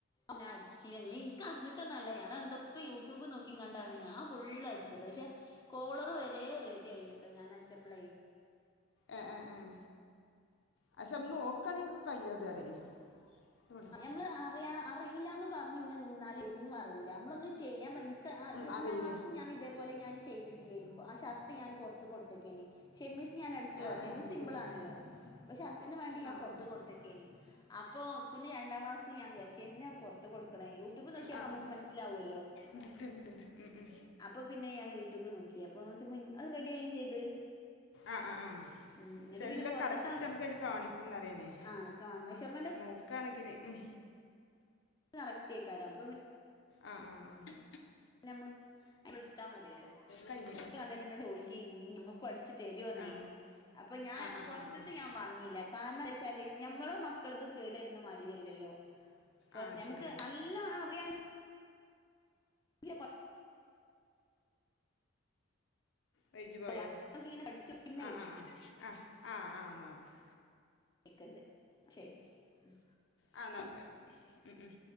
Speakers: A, on the left; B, on the left.
A: ന്നെ അടിച്ചീനനി എനിക്ക് അറിഞ്ഞിട്ടൊന്നല്ല ഞാന എന്തൊക്കെ യൂ ട്യൂബ് നോക്കിക്കണ്ട് ആണ് ഞാൻ ഫുൾ അടിച്ചത് പക്ഷെ കോളറ് വ ച്ചതേ റെഡി ആയിന്നുട്ടോ ഞാൻ അടിച്ചപ്പളേ
B: ആഹ് ആഹ് ആഹ് പക്ഷെ നമ്മ നോക്കണെയൊക്കെ കയ്യോത് പറയും ഇങ്ങട്ട്
A: നമ്മള് അറിയാ അറിയില്ലാന്ന് പറഞ്ഞ് ഇങ്ങനെ നിന്നാലെ ഒന്നും അറിയില്ല നമ്മളൊന്ന് ചെയ്യാൻ പ
B: ഉം
A: ഇത് ഒന്നാം
B: അറിയില്ലേ
A: ക്ളാസിലും ഞാന് ഇതേപോലെ ഞാന് ചെയ്തിട്ടില്ലേനി ആ ഷർട്ട് ഞാന് പുറ ത്ത്‌ കൊടുത്തേക്കേനി ഷെമീസ് ഞാനടിച്ചു
B: ഏ ഏ
A: ഷമീ
B: ഏ
A: സിമ്പിൾ
B: ശരി
A: ആണല്ലോ ഷർട്ടിന് വേണ്ടി
B: ആ
A: ഞാൻ പൊറ
B: ആ
A: ത്ത് കൊടുത്തക്കേനി അ പ്പോ പിന്നെ രണ്ടാം ക്ലാസിന്നു ഞാൻ വിചാരിച്ചു എന്തിനാ പുറത്ത് കൊടുക്കണെ യൂട്യൂബ് നോക്കിയാ ഇപ്പോ
B: ആ ആ
A: നമുക്ക് മനസ്സിലാവൂലോ
B: മിണ്ടല്ലേ മിണ്ടല്ലേ ഉം ഉം
A: അപ്പൊ പിന്നെ ഞാൻ യൂട്യൂബ് നോക്കി അപ്പൊ നോക്കിയപ്പോ അത് റെഡിയാവും ചെയ്ത്
B: ആഹ് അ ആ
A: ഉം എന്നിട്ട്
B: എല്ലാം
A: പിന്നെ പൊറത്ത്ത്തെ
B: കറക്റ്റ് നമുക്ക് അതിൽ കാണിക്കൂന്ന് പറയാണേ
A: ആഹ് കാ മെഷർമെന്റ്
B: നോക്കാണെങ്കില് ഉം
A: കറക്ട് ആക്കാരം അപ്പൊ പി
B: ആഹ് ആഹ് ആഹ്
A: നമ്മ എടുത്താ മതില്ലോ
B: കഴിഞ്ഞില്ലേ
A: ഇത് കണ്ടിട്ട് എന്നോട് ചോയ്ച്ചീനി നമ്മക്കും അടിച്ച് തരുവോന്ന്
B: ആ
A: അപ്പൊ ഞാൻ
B: ആ ആ ആ
A: പുറത്തത്തെ
B: ആ
A: ഞാൻ വാങ്ങിയില്ല കാരണം എന്താ വെച്ചാല് ഞമ്മളെ മക്കളത് കേട് വരണ മാതിരി ശരിയല്ലല്ലോ
B: ആ
A: ഞമ്മക്ക്
B: ശരിയാണ്
A: നല്ലോം അറിയാ ഇല്ല വ
B: റേഞ്ച്
A: കൊഴപ്പല്ല
B: പോയോ
A: ഇങ്ങനെ പഠിച്ചു പിന്നെ
B: ആ ആ ആ ആ ആ ആ എന്നാ ഓക്കെ
A: വിളിക്കണ്ട് എന്നാ ശെരി ഉം
B: ആഹ് എന്നാ ഓക്കേ ഉം ഉം